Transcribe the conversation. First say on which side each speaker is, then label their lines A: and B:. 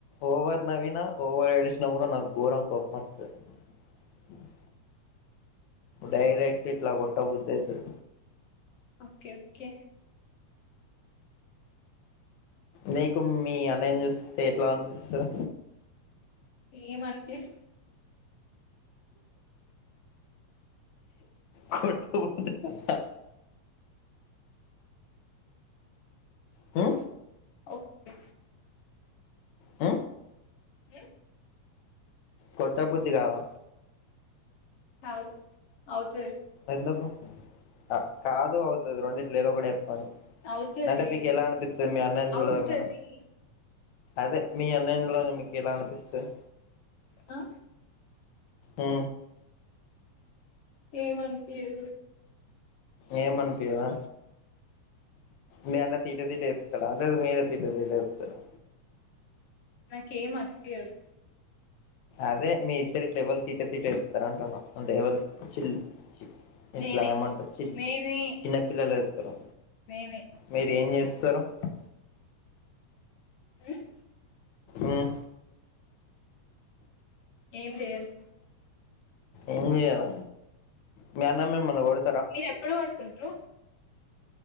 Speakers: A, on the left (about 75°); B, on the left (about 55°).
A: ఓవర్ నవీన ఓవర్ ఏడిశిన కూడా నాకూ గోరంగా కోపం వస్తాది, <unintelligible> డైరెక్ట్ ఇట్లా కోట్టబుద్ది అయితది,
B: ఓకే ఓకే <unintelligible>
A: నీకు మీ అన్నయ్య ని చూస్తే ఎట్లా అనిపిస్తాది,
B: ఎం అనిపియదు
A: కొట్టబుద్ది కదా హు
B: ఓకే
A: అ
B: ఉ
A: కొట్టబుద్ది కాదా
B: కాదు అవుతది,
A: ఎందుకు ఆ కాదు అవుతది రెండిట్లా ఏదో ఒకటి చెప్పండి,
B: అవుతది
A: అంటే మీకు ఎలా అనిపితది మీ అన్నయ్య ని చూడంగానే,
B: అవుతది
A: అదే మీ అన్నయ్య ని చూడంగానే మీకు ఎలా అనిపిస్తది,
B: ఆ
A: ఉ
B: ఎం అనిపియ్యదు,
A: ఎం అనిపియ్యదు మీ అన్నయ్య తిట తిట చెప్తాడా లేదు మీరే తిట తిట చెప్తారా,
B: నాకేం అనిపియ్యదు,
A: అదే మీ ఇద్దరు ఇట్లా ఎవరు తిటే తిట్టే ఇస్తార అంటున్నా అంటే ఎవరు చిల్
B: నేనే
A: ఇట్లా ఏమంటారు చి
B: నేనే
A: చిన్నపిల్లలు వేస్తారు
B: నేనే
A: మీర ఏం చేస్తరూ సర
B: ఉమ్
A: ఆమ్
B: ఏం చెయరు
A: ఏం చేయాల మీ అన్నా మిమల్ని కోడు
B: మీరు ఎప్పుడు పడుకుంటారు